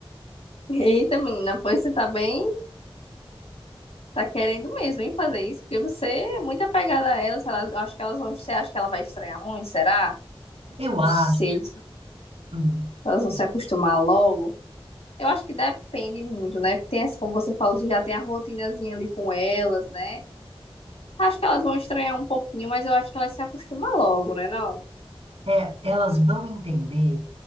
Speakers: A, on the left (about 80°); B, on the right (about 85°).
A: Eita, menina, pois você tá bem, tá querendo mesmo, hein, fazer isso, porque você é muito apegada a ela, sei lá, eu acho que elas vão, você acha que ela vai estranhar muito, será?
B: Eu
A: Não
B: acho.
A: sei.
B: hum,
A: elas vão se acostumar logo. Eu acho que depende muito, né? Porque tem essa, como você falou, você já tem a rotinazinha ali com elas, né? Acho que elas vão estranhar um pouquinho, mas eu acho que elas se acostumam logo, né? Não?
B: é, elas vão entender